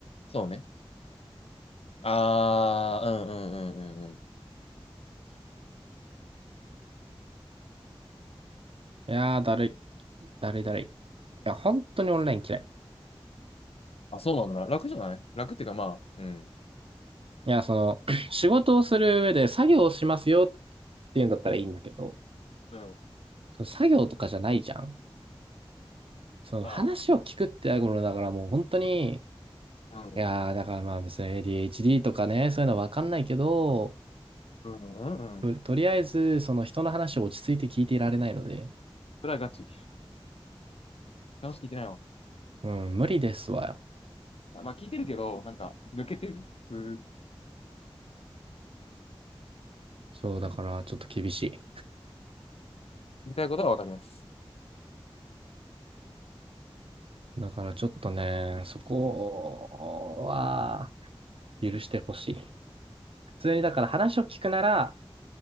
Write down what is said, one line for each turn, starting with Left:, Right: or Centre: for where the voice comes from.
Left: そうね。あー、うんうんうんうんうん。
Right: いやー、だるい。だるいだるい。いや、本当にオンライン嫌い。
Left: あ、そうなんだ。楽じゃない楽っていうか、まあ、うん。
Right: いや、その、<laughs> <clears throat> 仕事をする上で作業をしますよっていうんだったらいいんだけど、
Left: うん。
Right: その作業とかじゃないじゃん。その話を聞くってやるものだからもう本当に、
Left: まあ、
Right: い
Left: うん。
Right: やー、だからまあ別に ADHD とかね、そういうのわかんないけど、
Left: うんうんうん。
Right: ととりあえず、その人の話を落ち着いて聞いていられないので、
Left: それはガチ。楽しく聞いてないわ。
Right: うん、無理ですわ。
Left: まあ、聞いてるけど、なんか、抜けてる。うん
Right: そう、だからちょっと厳しい。
Left: 言いたいことはわかります。
Right: だからちょっとね、そこは許してほしい。普通にだから話を聞くなら、